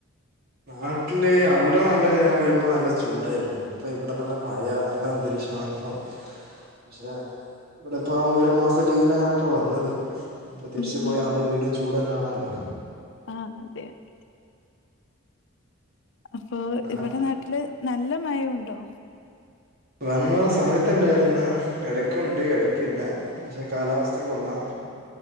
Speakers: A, on the right; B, on the left.
A: നാട്ടില് അവടെ നല്ല ഞാൻ വരുമ്പോ നല്ല ചൂടായിരുന്നു ഇപ്പൊ ഇവടെ നല്ല മഴ നല്ല അന്തരീക്ഷണിപ്പൊ പക്ഷെ ഇവടെ പ്പോ ഒരു മാസം ലീവിനാ ഞാനിപ്പൊ വന്നത് ഇഞ്പ്പൊ തിരിച്ച്
B: ഉം
A: പോയ
B: ഉം
A: അവടെ വീണ്ടും ചൂടെന്നെണല്ലോ
B: ആഹ് അതെ യതെ അപ്പൊ
A: ഓ
B: ഇവടെ നാട്ടില് നല്ല മഴയുണ്ടോ?
A: വന്ന സമയത്ത്ണ്ടായിര്ന്ന് എടക്ക്ണ്ട് എടക്കില്ല പക്ഷേ കാലാവസ്ഥ കൊള്ളാം